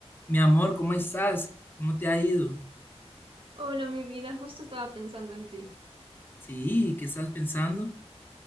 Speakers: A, on the left (about 20°); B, on the right (about 55°).
A: Mi amor, ¿cómo estás? ¿Cómo te ha ido?
B: Hola, mi vida, justo estaba pensando en ti,
A: Sí, ¿qué estás pensando?